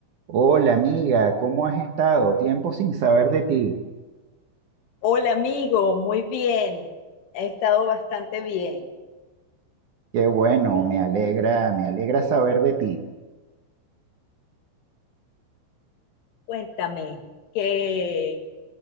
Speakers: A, on the right; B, on the left.
A: Hola amiga, ¿cómo has estado? Tiempo sin saber de ti.
B: Hola amigo, muy bien. He estado bastante bien.
A: Qué bueno,
B: ¿Cómo?
A: me alegra, me alegra saber de ti.
B: Cuéntame, ¿qué,